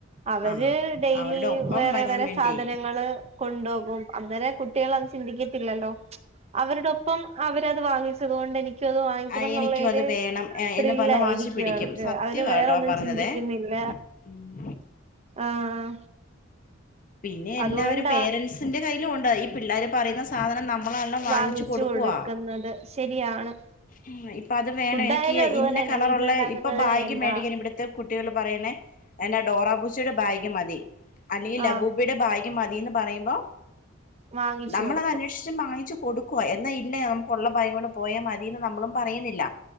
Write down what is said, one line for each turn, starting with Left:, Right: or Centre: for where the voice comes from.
Right: അവര്
Left: ആ
Right: ഡെയ്‌ലി
Left: അവരുടെ ഒപ്പം
Right: വേറെ
Left: വരാൻ
Right: വേറെ
Left: വേണ്ടി
Right: സാധനങ്ങള്, കൊണ്ടുപോകും. അന്നേരം കുട്ടികൾ അത് ചിന്തിക്കത്തില്ലല്ലോ. അവരുടൊപ്പം അവരത് വാങ്ങി അതുകൊണ്ട് എനി ക്ക് അത് വാങ്ങിക്കണം
Left: ആ
Right: എന്നുള്ളൊരു
Left: എനിക്കും അത് വേണം ഏ,
Right: ത്രില്ല്
Left: എന്ന് പറഞ്ഞ്
Right: ആയിരിക്കും
Left: വാശി പിടിക്കും
Right: അവർക്ക്.
Left: സത്യമാട്ടോ
Right: അവര് വേറൊന്നും
Left: ആ പറഞ്ഞതേ
Right: ചിന്തിക്കുന്നില്ല.
Left: ഉം.
Right: ആഹ്.
Left: പിന്നെ
Right: അതുകൊണ്ടാ
Left: എല്ലാവരും പേരൻസിന്റെ കയ്യിലുമുണ്ട് ഈ പിള്ളേര് പറയുന്ന സാധനം നമ്മളു തന്നെ വാങ്ങിച്ച്
Right: വാങ്ങിച്ചു
Left: കൊടുക്കുവാ.
Right: കൊടുക്കുന്നത് ശരിയാണ്
Left: ഇന്നെയ് ഇപ്പത് വേണ
Right: ഫുഡായാലും
Left: എനിക്യ
Right: അതുപോലെ
Left: ഇന്ന
Right: തന്നെ
Left: കളറുള്ള
Right: വീട്ടിലുണ്ടാക്കുന്നത്
Left: ഇപ്പൊ ബാഗ്
Right: വേണ്ട
Left: മേടിക്കല് ബ്ട്ത്തെ കുട്ടികൾ പറയ്ണെ എൻ്റെ ഡോറാബുജിയുടെ ബാഗ് മതി അല്ലെങ്കിൽ
Right: ആഹ്
Left: ലബൂബിടെ ബാ ക്മതീന്ന് പറയ്മ്പോ
Right: വാങ്ങിച്ചു
Left: നമ്മളതന്വേഷ്
Right: കൊടുക്കും
Left: ച്ച് മാങ്ങിച്ച് കൊടുക്കുവാ എന്നാ ഇല്ല നംക്കൊള്ള ബായും കൊണ്ട് പോയാ മതീന്ന് നമ്മളും പറയുന്നില്ല